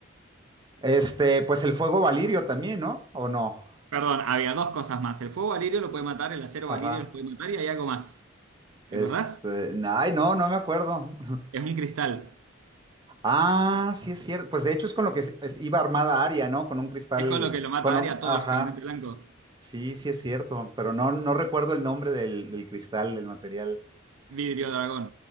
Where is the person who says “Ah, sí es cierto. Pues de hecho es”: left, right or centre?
Right